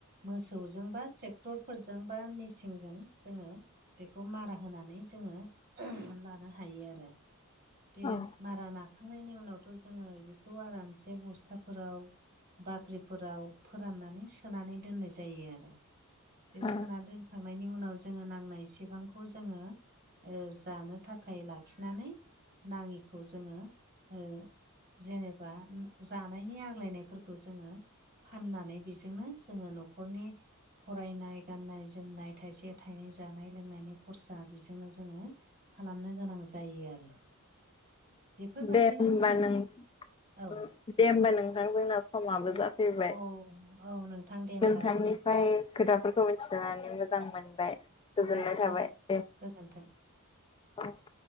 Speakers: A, on the right; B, on the left.
A: मोसौजों बा ट्रेक्टरफोरजों बा मेसिनजों जोङो बेखौ मारा होनानै जोङो लानो हायो आरो। बे
B: औ
A: मारा नाखांनायनि उनावथ' जोङो बेखौ आरामसे बस्थाफोराव बत्रिफोराव फोराननानै सो सोनानै दोननाय जायो आरो बे सोना
B: औ
A: दोन खांनायनि उनाव जोङो नांनायसेबांखौ जोङो जानो थाखाय लाखिनानै नाङिखौ जोङो ओ जेनेबा जानायनि आग्लायनायफोरखौ जोङो फाननानै बेजोंनो जोङो न'खरनि फरायनाय गाननाय जोमनाय थाइसे थाइनै जानाय लोंनायनि खरसा बेजोंनो जोङो खालामनो गोनां जायो आरो। बेफोरबायदिनो
B: दे होमबा
A: जोङो
B: लाय
A: औ
B: दे होमबा नोंथां जोंना समाबो जाफैबाय
A: औ औ नोंथां दे होमबा
B: नोंथांनि फ्राय खोथाफोरखौ मिथिनानै मोजां मोनबाय गोजोननाय
A: औ गोजोन
B: थाबाय दे।
A: गोजोन्थों
B: औ